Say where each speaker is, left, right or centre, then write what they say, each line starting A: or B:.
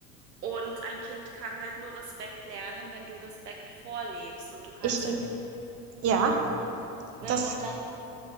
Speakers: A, on the right (about 80°); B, on the right (about 30°).
A: Und ein Kind kann halt nur Respekt lernen, wenn du Respekt vorlebst. Und du kannst
B: Ich denke,
A: halt nicht,
B: ja,
A: ne?
B: das
A: Und da,